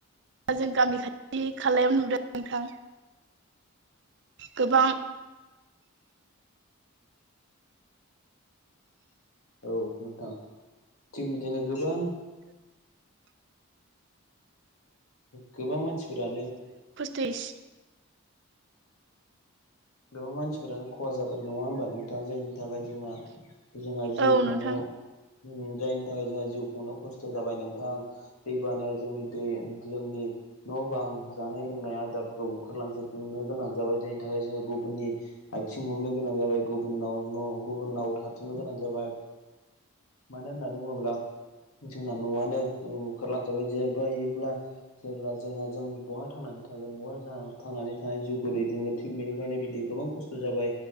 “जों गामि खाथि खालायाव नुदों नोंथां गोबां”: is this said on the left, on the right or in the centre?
Right